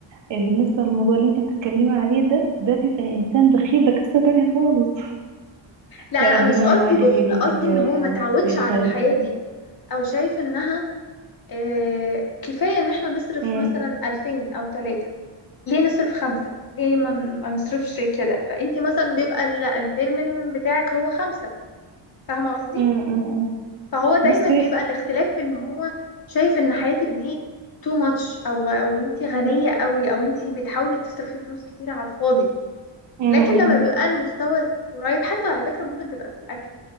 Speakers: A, on the right; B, on the left.
A: إيه، بالنسبة للموضوع اللي انت بتتكلمي عليه ده ده بيبقى إنسان بخيل ده قصة تانية خالص
B: لا
A: لا
B: لا
A: ربنا
B: مش قصدي
A: ما يوعدك
B: بخل
A: يا بنتي
B: قصدي
A: ب
B: ان هو ما تعودش
A: بإنسان
B: على الحياة
A: بخيل
B: دي او شايف انها آه، كفاية ان احنا نصرف
A: أمم،
B: مثلا الفين او تلاتة ليه نصرف خمسة ليه ما ن- ما نصرفش كده فانتي مثلا بيبقى ال- البير مينيمم بتاعك هو خمسة فاهمة قصدي
A: أمم، أمم، أمم.
B: فهو دايما
A: بصي
B: بيبقى الاختلاف في ان هو شايف ان حياتك دي تو ماتش او او انتي غنية قوي او انتي بتحاولي تصرفي فلوس كتير على الفاضي
A: أمم،
B: لكن
A: أمم.
B: لما بيبقى المستوى قريب حتى على فكرة ممكن تبقى في الاكل